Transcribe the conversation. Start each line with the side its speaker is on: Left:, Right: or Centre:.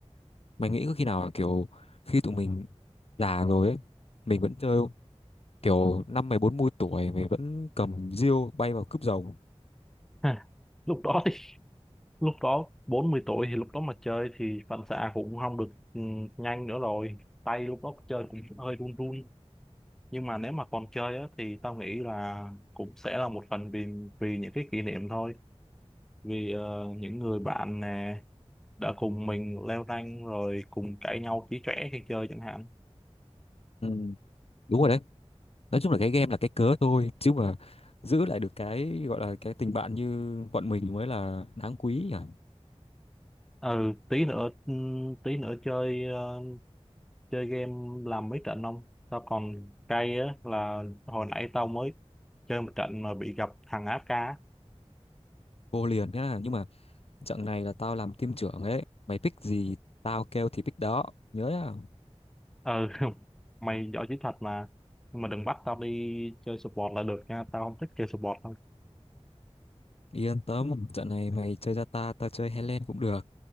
Left: mày nghĩ có khi nào là kiểu khi tụi mình già rồi ấy mình vẫn chơi không? kiểu năm mày bốn mươi tuổi mày vẫn cầm diêu bay vào cướp giàu
Centre: Ha, <laughs> lúc đó thì lúc đó 40 tuổi thì lúc đó mà chơi thì phản xạ cũng không được ừ, nhanh nữa rồi tay lúc đó chơi cũng hơi run run nhưng mà nếu mà còn chơi á, thì tao nghĩ là cũng sẽ là một phần vì vì những cái kỷ niệm thôi vì ờ, những người bạn nè đã cùng mình leo rank rồi cùng cãi nhau chí chóe khi chơi chẳng hạn
Left: Ừ. đúng rồi đấy nói chung là cái game là cái cớ thôi chứ mà giữ lại được cái gọi là cái tình bạn như bọn mình mới là đáng quý nhỉ
Centre: ừ tí nữa ừm, tí nữa chơi ờ, chơi game làm mấy trận không tao còn cay á là hồi nãy tao mới chơi một trận mà bị gặp thằng AFK á.
Left: vô liền nhá nhưng mà trận này là tao làm team trưởng ấy mày pick gì tao kêu thì pick đó nhớ nhá
Centre: ừ <laughs> mày giỏi chiến thuật mà nhưng mà đừng bắt tao đi chơi support là được nha tao không thích chơi support đâu
Left: yên tâm trận này mày chơi ra ta tao chơi Helen cũng được